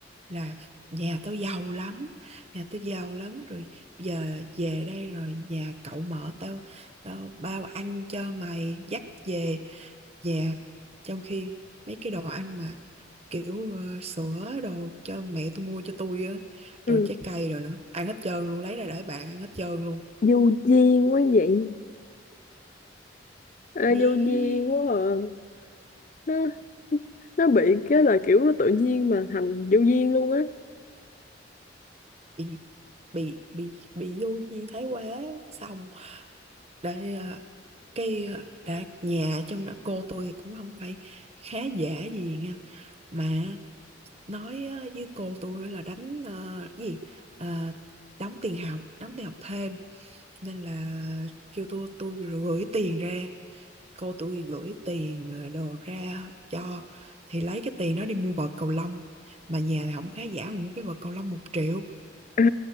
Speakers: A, on the right; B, on the left.
A: là nhà tao giàu lắm nhà tao giàu lắm rồi giờ về đây rồi nhà cậu mở tao tao bao ăn cho mày dắt về nhà trong khi mấy cái đồ ăn mà kiểu ờ, sữa đồ cho mẹ tôi mua cho tôi á rồi
B: ừ
A: trái cây rồi nữa ăn hết trơn luôn lấy ra để bạn ăn hết trơn luôn
B: vô duyên quá vậy à, vô
A: Ý,
B: duyên quá à. nó nó bị cái là kiểu nó tự nhiên mà thành vô duyên luôn á
A: bị bị bị bị vô duyên thái quá xong để ờ, cái ờ, đã nhà trong đó cô tôi thì cũng không phải khá giả gì nha. mà nói ờ, với cô tôi là đánh ờ, cái gì Ờ, đóng tiền học đóng tiền học thêm nên là kêu tôi tôi gửi tiền ra cô tôi gửi tiền ờ, đồ ra cho thì lấy cái tiền đó đi mua vợt cầu lông mà nhà là không khá giả mà mua cái vợt cầu lông một triệu
B: ê